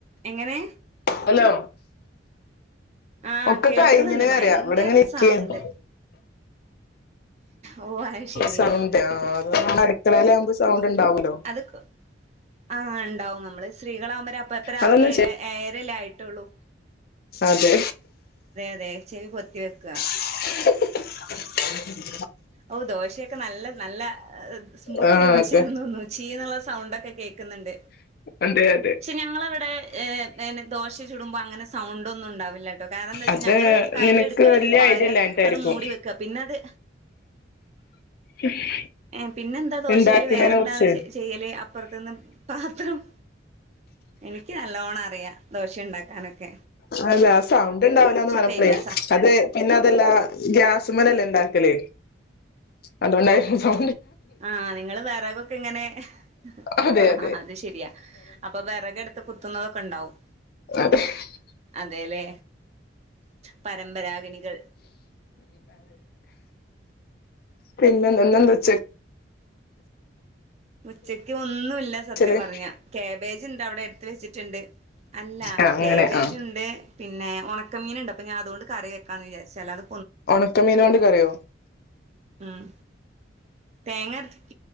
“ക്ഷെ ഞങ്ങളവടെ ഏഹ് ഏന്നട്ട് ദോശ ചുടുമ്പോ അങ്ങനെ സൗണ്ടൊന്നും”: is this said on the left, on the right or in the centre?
Right